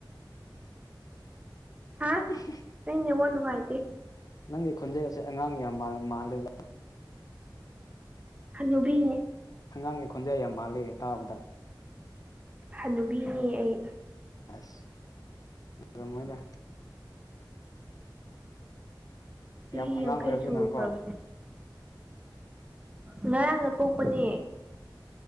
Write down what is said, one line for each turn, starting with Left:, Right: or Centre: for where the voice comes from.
Right: ꯍꯥ
Left: <unintelligible>
Right: ꯅꯪ ꯅꯦꯠꯋꯥꯛ ꯅꯨꯡꯉꯥꯏꯇꯦ
Left: ꯅꯪꯒꯤ ꯈꯣꯟꯖꯦꯁꯦ ꯑꯉꯥꯡ ꯌꯥꯝ ꯃꯥꯜ ꯃꯥꯜꯂꯦꯕ
Right: ꯍꯅꯨꯕꯤꯅꯦ
Left: ꯑꯉꯥꯡꯒꯤ ꯈꯣꯟꯖꯦꯜ ꯌꯥꯝ ꯃꯥꯜꯂꯦꯅꯦ ꯇꯥꯕꯗ
Right: ꯍꯅꯨꯕꯤꯅꯦ ꯑꯩ
Left: ꯑꯁ ꯑꯣꯏꯔꯝꯃꯣꯏꯗ
Right: ꯆꯍꯤ
Left: ꯌꯥꯝ ꯑꯉꯥꯡ
Right: ꯌꯥꯡꯈꯩ
Left: ꯑꯣꯏꯔꯝꯗꯅꯀꯣ
Right: ꯁꯨꯨꯈ꯭ꯔꯕꯅꯦ ꯉꯔꯥꯡꯗ ꯄꯣꯛꯄꯅꯦ